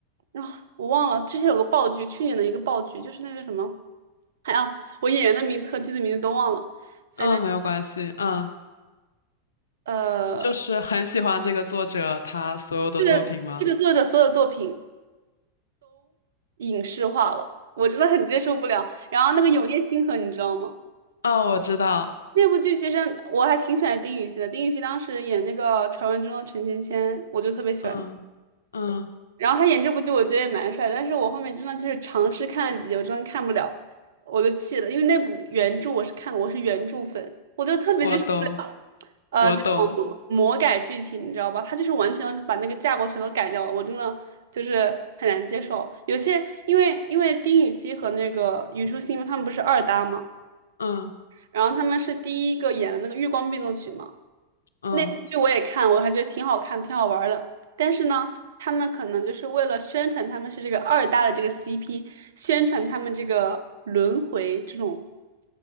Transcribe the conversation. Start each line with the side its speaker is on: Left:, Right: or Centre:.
Right: 啊，我忘了，之前有个爆剧，去年的一个爆剧，就是那个什么，还有我演员的名字和剧的名字都忘了，反正
Left: 嗯，没有关系，嗯。
Right: 呃，
Left: 你就是很喜欢这个作者他所有的作品吗？
Right: 这个这个作者所有作品影视化了，我真的很接受不了。然后那个《永夜星河》，你知道吗？
Left: 哦，我知道，
Right: 那部剧其实我还挺喜欢丁禹兮的，丁禹兮当时演那个《传闻中的陈芊芊》，我就特别喜欢。
Left: 嗯嗯，
Right: 然后他演这部剧，我觉得也蛮帅的但是我后面真的就是尝试看了几集，我真的看不了，我就气了，因为那部原著我是看过我是原著粉，我就特别接受不了，
Left: 我懂，
Right: 呃，
Left: 我懂，
Right: 这种魔改剧情，你知道吧？他就是完全要把那个架构全都改掉了，我真的就是很难接受。有些人因为因为丁禹兮和那个虞书欣他们不是二搭嘛，
Left: 嗯
Right: 然后他们是第一个演的那个《月光变奏曲》嘛。
Left: 嗯
Right: 那部剧我也看，我还觉得挺好看，挺好玩儿的。但是呢，他们可能就是为了宣传他们是这个二搭的这个 CP，宣传他们这个轮回这种